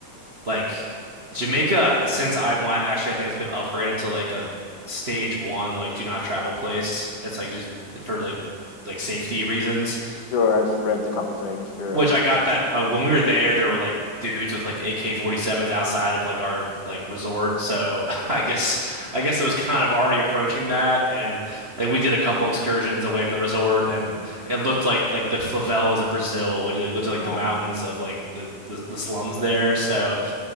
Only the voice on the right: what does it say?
like Jamaica, since I went, actually, I think it's been upgraded to like a stage one, like do not travel place. It's like just for like like safety reasons.
Which I got that uh, when we were there, there were like dudes with like AK-47s outside of like our like resort. So <laughs> I guess I guess it was kind of already approaching that, and like we did a couple excursions away from the resort, and it looked like like the favelas of Brazil when you like looked at like
the mountains of like the the, the slums there. So